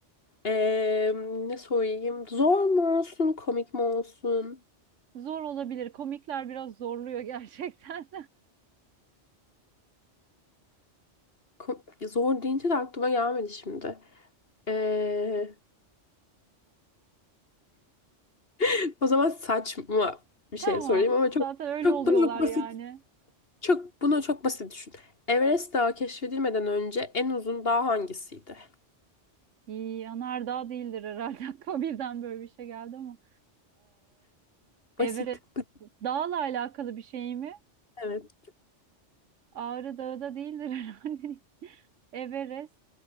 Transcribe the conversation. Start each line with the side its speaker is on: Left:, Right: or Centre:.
Left: Ee, ne sorayım? Zor mu olsun, komik mi olsun?
Right: Zor olabilir. Komikler biraz zorluyor gerçekten.
Left: Ko- zor deyince de aklıma gelmedi şimdi. Ee, <laughs> o zaman saçma
Right: <laughs>
Left: bir şey
Right: Tamam.
Left: sorayım ama çok
Right: Zaten öyle
Left: çok
Right: oluyorlar
Left: bunu çok basit.
Right: yani.
Left: Çok bunu çok basit düşün. Everest Dağı keşfedilmeden önce en uzun dağ hangisiydi?
Right: İyi, yanardağ değildir herhalde. <laughs> Aklıma birden böyle bir şey geldi ama.
Left: Basit.
Right: Ee, Everest
Left: basit.
Right: dağla alakalı bir şey mi?
Left: Evet.
Right: Ağrı Dağı da değildir herhalde. <laughs> Everest.